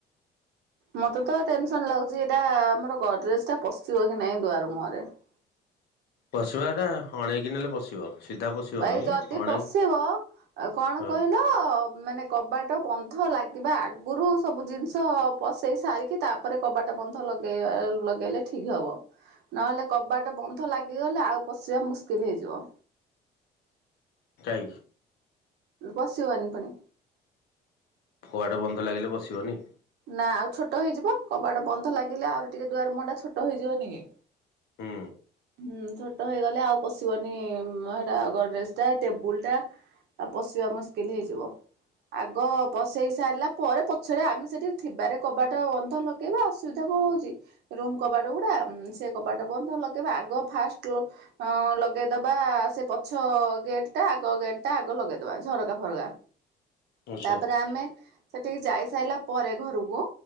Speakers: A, on the right; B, on the left.
A: ମତେ ତ ଟେନସନ ଲାଗୁଛି ଏଇଟା ଆମର ଗଡରେଜ ପଶିବ କି ନାଇଁ ଦୁଆର ମୁହରେ। ହ <unintelligible> <inaudible>
B: ପଶିବା ଟା ଅଣେଇକି ନେଲେ ପଶିବ। ସିଧା ପଶିବନି
A: ଭାଇ ଯଦି
B: ଅଣେଇ
A: ପଶିବ ଏ କଣ
B: ହଁ
A: କହିଲ ମାନେ କବାଟ ବନ୍ଧ ଲାଗିବା ଆଗୁରୁ ସବୁ ଜିନିଷ ପସେଇ ସାରିକି ତାପରେ କବାଟ ବନ୍ଧ ଲ ଲଗେଇବା ଲଗେଇଲେ ଠିକ ହବ। ନହେଲେ କବାଟ ବନ୍ଧ ଲାଗିଗଲେ ଆଉ ପଶିବା ମୁସ୍କିଲ୍ ହେଇଯିବ।
B: ଇ
A: ପଶିବନି ପୁଣି।
B: ବାଡ଼ ବନ୍ଧ ଲାଗିଲେ ବସିବନି?
A: ନାଁ ଆଉ ଛୋଟ ହେଇଯିବ କବାଟ ବନ୍ଧ ଲାଗିଲେ ଆଉରି ଟିକେ ଦୁଆର ମୁହଁଟା ଛୋଟ ହେଇଯିବନି କି?
B: ହୁଁ।
A: ହୁଁ ଛୋଟ ହେଇଗଲେ ଆଉ ପଶିବନି ହେଟା ଗଡ୍ରେଜ୍ ଟା ଟେବୁଲ୍ ଟା। ଆ ପଶିବା ମୁସ୍କିଲ୍ ହେଇଯିବ ଆଗ ପଶେଇ ସାଇଲା ପରେ ପଛରେ ଆମେ ସେଠି ଥିବାରେ କବାଟ ବନ୍ଧ ଲଗେଇବା ଅସୁବିଧା କଣ ହଉଚି ରୁମ୍ କବାଟ ଗୁଡ଼ା ସେ କବାଟ ବନ୍ଧ। ଲଗେଇବା ଆଗ ଫାଷ୍ଟ୍ ଅଁ ଲଗେଇଦବା ସେ ପଛ ଗେଟ୍ ଟା ଆଗ ଗେଟ୍ ଟା ଆଗ ଲଗେଇଦବା ଝରକା ଫରକା।
B: ଆଚ୍ଛା
A: ତାପରେ ଆମେ ସେଠିକି ଯାଇ ସାଇଲା ପରେ ଘରୁକୁ